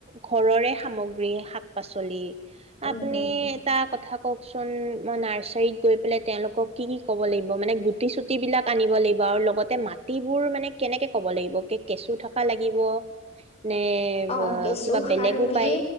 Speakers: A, on the right; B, on the left.
A: ঘৰৰে সামগ্ৰী, শাক-পাচলি।
B: অঁ
A: আপনি এটা কথা কওক চল, মই নাৰ্চাৰিত গৈ পেলাই তেওঁলোকক কি কি ক'ব লাগিব, মানে গুটি চুট বিলাক আনিব লাগিব আৰু লগতে মাটিবোৰ মানে কেনেকে ক'ব লাগিব কেচু থকা লাগিব, নে?
B: অ,
A: ব
B: কেঁচুসাৰ
A: কিবা বেলেগো
B: বুলি,
A: পায়